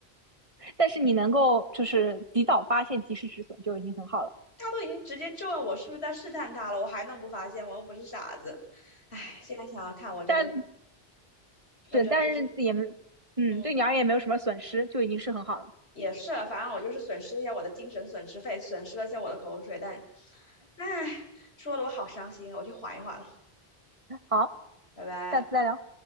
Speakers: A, on the right; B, on the left.
A: 但是你能够就是及早发现、及时止损就已经很好了。
B: 他都已经直接质问我是不是在试探他了，我还能不发现吗？我又不是傻子。哎，现在想想看，我真的，
A: 但是但是也没嗯，
B: 我真的就是，嗯。
A: 对你而言也没有什么损失，就已经是很好了。
B: 也是了反正我就是损失一下我的精神损失费，损失了一下我的口水，但，唉，说的我好伤心啊我去缓一缓了，
A: 好，
B: 拜拜。
A: 下次再聊。